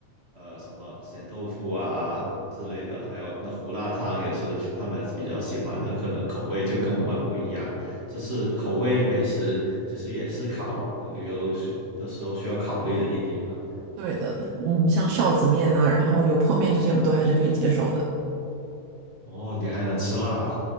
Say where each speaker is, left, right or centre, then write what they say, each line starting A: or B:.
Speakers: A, on the right; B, on the right.
A: 呃什么咸豆腐啊之类的，还有那胡辣汤也是他们比较喜欢的，可能口味就跟我们不一样。这是口味美食，其实也是考旅游时的时候需要考虑的一点了。
B: <laughs> 对的，嗯，像臊子面啊，然后油泼面这些，我都还是可以接受的。
A: 哦，你还能吃辣？